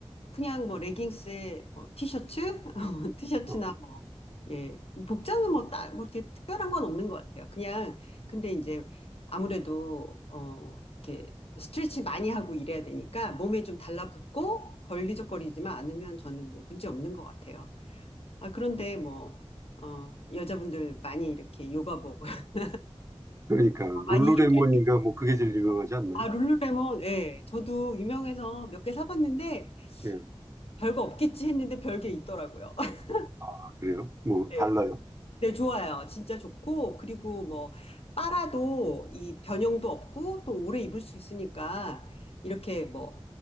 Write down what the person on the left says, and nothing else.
그냥 뭐 레깅스에 뭐 티셔츠, <laughs> 티셔츠나
뭐 예, 복장은 뭐 딱 뭐 이렇게 특별한 건 없는 것 같아요. 그냥 근데 이제 아무래도 어 이렇게 스트레치 많이 하고 이래야 되니까 몸에 좀 달라붙고 걸리적거리지만 않으면 저는 뭐 문제 없는 것 같아요. 아 그런데 뭐 어, 여자분들 많이 이렇게 요가복 <laughs>
많이 힘들
아 룰루레몬 예 저도 유명해서 몇 개 사봤는데
별거 없겠지 했는데 별게 있더라고요. <laughs>
네.
네, 좋아요. 진짜 좋고, 그리고 뭐, 빨아도 이 변형도 없고, 또 오래 입을 수 있으니까, 이렇게 뭐,